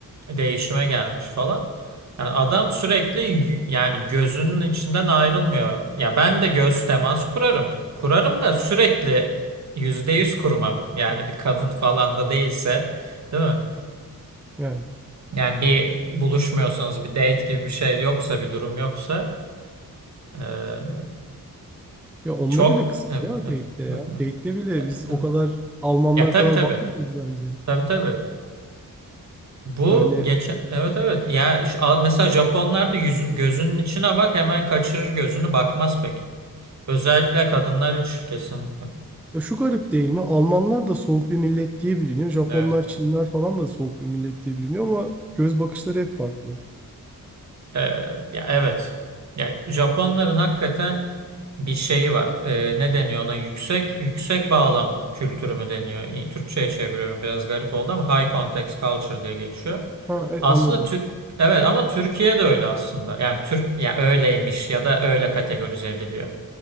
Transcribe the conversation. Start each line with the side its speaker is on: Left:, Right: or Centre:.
Right: E, Değişime gelmiş falan. Yani adam sürekli y- yani gözünün içinden ayrılmıyor. Ya ben de göz temas kurarım. Kurarım da sürekli yüzde yüz kurmam. Yani bir kadın falan da değilse, değil mi?
Centre: yani.
Right: Yani bir buluşmuyorsanız bir date gibi bir şey yoksa bir durum yoksa e,
Centre: Ya onda
Right: çok
Centre: bile kısıtlı
Right: evet
Centre: ya date'de
Right: evet
Centre: ya.
Right: evet.
Centre: Date'de
Right: evet.
Centre: bile
Right: Ya,
Centre: biz
Right: evet.
Centre: o kadar Almanlar
Right: Ya tabii
Centre: kadar
Right: tabii.
Centre: bakmıyoruz bence.
Right: Tabii tabii. Bu
Centre: Yani
Right: geçen evet evet. Ya şu- a- mesela Japonlar da yüz- gözünün içine bak hemen kaçırır gözünü bakmaz pek. Özellikle kadınlar hiç kesinlikle.
Centre: ya şu garip değil mi? Almanlar da soğuk bir millet diye biliniyor. Japonlar,
Right: Evet.
Centre: Çinler falan da soğuk bir millet diye biliniyor ama göz bakışları hep farklı.
Right: Ee, ya evet. Ya Japonların hakikaten bir şeyi var. Ee, ne deniyor ona? Yüksek yüksek bağlam kültürü mü deniyor? İ- Türkçe'ye çeviriyorum biraz garip oldu ama high context culture diye geçiyor.
Centre: Ha e,
Right: Aslında
Centre: anladım.
Right: Tü- evet ama Türkiye de öyle aslında. Yani Türk ya öyleymiş ya da öyle kategorize ediliyor.